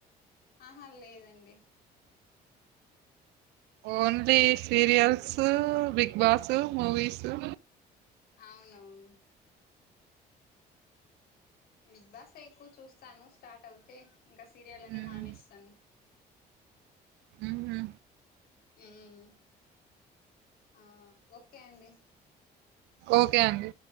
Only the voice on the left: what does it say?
ఆహా లేదండి
అవునవును బిగ్ బాస్ ఎక్కువ చూస్తాను స్టార్ట్ అవుతే ఇంకా సీరియల్ అన్ని
మానేస్తాను
ఉం ఆ ఓకే అండి